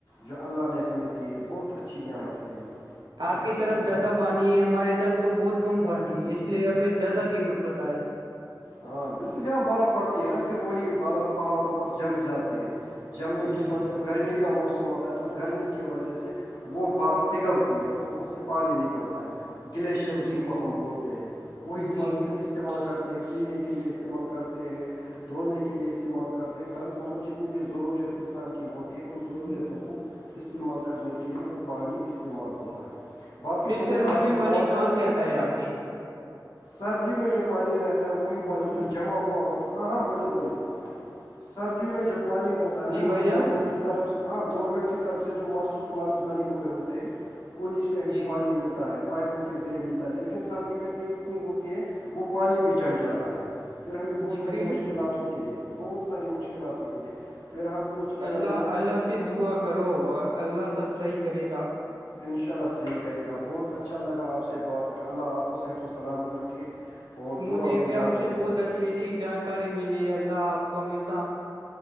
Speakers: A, on the left; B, on the right.
A: جو اللہ نے ہمیں دی ہے بہت اچھی نعمت ہے یہ
B: آپ کی طرف زیادہ پانی ہے ہماری طرف تو بہت کم پانی ہے اس لیے ہمیں زیادہ قیمت پتا ہے
A: ہاں بالکل یہاں برف پڑتی ہے نا پھر وہی برف پہاڑوں پر جم جاتی ہے جمنے کے
B: جی
A: بعد جب گرمی کا موسم ہوتا ہے تو گرمی کی وجہ سے وہ برف پگھلتی ہے تو اس سے پانی نکلتا ہے گلیشئرز
B: جی
A: جن کو ہم بولتے ہیں وہی پانی
B: جی
A: پھر استعمال کر پینے کے لیے استعمال کرتے ہیں دھونے کے لیے استعمال کرتے غض مطلب جتنی بھی ضرورت انسان کی ہوتی ان ضرورتوں
B: پھر
A: کو استعمال کرنے کے لئے وہ پانی استعمال ہوتا ہے باقی
B: پھر
A: مجھے
B: سردی
A: آپ
B: میں
A: سے
B: پانی
A: بات
B: کہاں
A: کر
B: سے آتا ہے آپ کے
A: سردیوں میں جو پانی رہتا ہے وہی
B: ہلو
A: پانی جو جمع ہوا ہوتا ہاں ہاں بولے بولے سردیوں میں جو پانی ہوتا ہے
B: جی
A: نا
B: بھائی
A: مطلب
B: جان
A: گورنمنٹ کی طرف ہاں گورنمنٹ کی طرف سے جو ماسٹر پلانس بنے ہوئے ہوتے ہیں اوہیں سے ہمیں
B: جی
A: پانی ملتا ہے پائپوں کے ذریعے ملتا ہے لیکن سردی کبھی نی ہوتی ہے وہ پانی بھی جم جاتا ہے پھر ہمیں بہت
B: جی
A: ساری
B: پھر
A: مشکلات ہوتی ہے بہت ساری مشکلات ہوتی ہے پھر ہم کچھ
B: اللہ
A: لوگ
B: اللہ
A: ایسے
B: سے دعا کرو اللہ سب صحیح کرے گا
A: انشاء اللہ صحیح کرے گا بہت اچھا لگا آپ سے بات کر اللہ آپ کو صحت و سلامت رکھے اور دعا
B: مجھے
A: میں
B: بھی
A: یاد
B: آپ سے
A: رکھنا ہے
B: بہت اچھی اچھی جانکاری ملی ہے اللہ آپ کو ہمیشہ